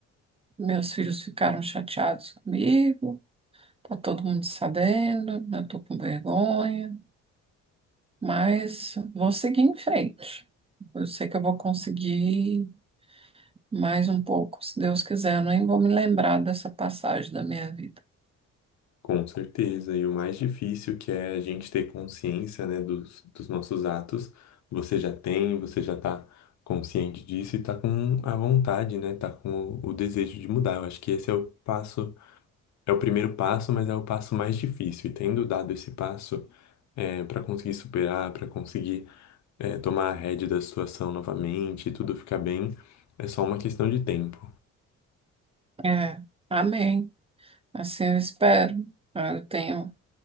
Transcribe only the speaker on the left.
Com certeza. E o mais difícil que é a gente ter consciência, né, dos, dos nossos atos, você já tem, você já tá consciente disso e tá com a vontade, né, tá com o, o desejo de mudar. Eu acho que esse é o passo, é o primeiro passo, mas é o passo mais difícil. E tendo dado esse passo, é, para conseguir superar, para conseguir, é, tomar a rédea da situação novamente e tudo ficar bem, é só uma questão de tempo.